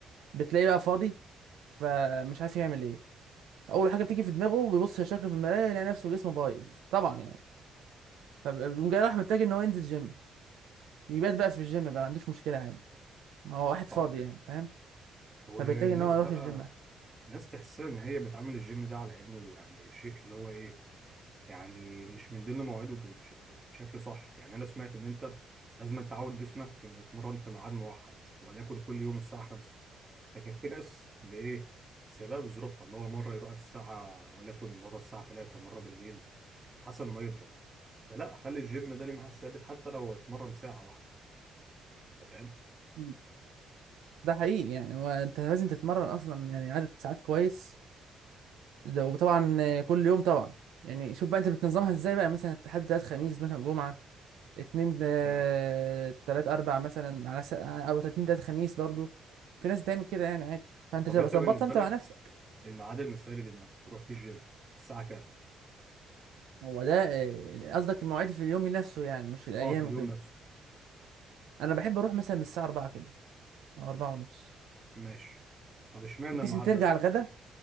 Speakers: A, on the right; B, on the right.
A: بتلاقيه بقى فاضي فمش عارف يعمل ايه اول حاجه بتيجي في دماغه بيبص لشكله في المرايه يلاقي نفسه جسمه بايظ طبعا يعني فبيقوم جاي راح محتاج ان هو ينزل جيم يبات بقى في الجيم بقى ما عندوش مشكله عادي ما هو واحد فاضي
B: اه فهمت
A: يعني فاهم
B: والناس
A: فبيحتاج ان هو يروح
B: بقى
A: الجيم
B: ناس تحسها ان هي بتعامل الجيم ده على انه يعني شيء اللي هو ايه يعني مش من ضمن مواعيده بش- بشكل صح يعني انا سمعت ان انت لازم تعود جسمك انه يتمرن في ميعاد موحد وليكن كل يوم الساعه 5 لكن في ناس بايه سبب ظروفها اللي هو مره يروح الساعه وليكن مره الساعه 3 مره بالليل حسب ما يفضى فلا خلي الجيم ده ليه ميعاد ثابت حتى لو هيتمرن ساعه واحده أنت فاهم
A: مم. ده حقيقي يعني هو انت لازم تتمرن اصلا يعني عدد ساعات كويس ده وطبعا كل يوم طبعا يعني شوف بقى انت بتنظمها ازاي بقى مثلا حد تلات خميس مثلا جمعة اتنين آه،
B: تمام
A: تلات اربع مثلا على س... او اتنين تلات خميس برضو في ناس بتعمل كده يعني عادي فانت
B: طب
A: تبقى
B: انت
A: ظبطها
B: بالنسبه
A: انت
B: لك
A: مع نفسك
B: الميعاد المثالي لانك تروح فيه الجيم الساعه كام
A: هو ده آه، قصدك المواعيد في اليوم نفسه يعني مش الايام
B: اه في اليوم
A: وكده
B: نفسه
A: انا بحب اروح مثلا من الساعة 4 كده او 4 ونص
B: ماشي طب اشمعنى
A: بحيث
B: الميعاد
A: ان ترجع
B: ده
A: على الغدا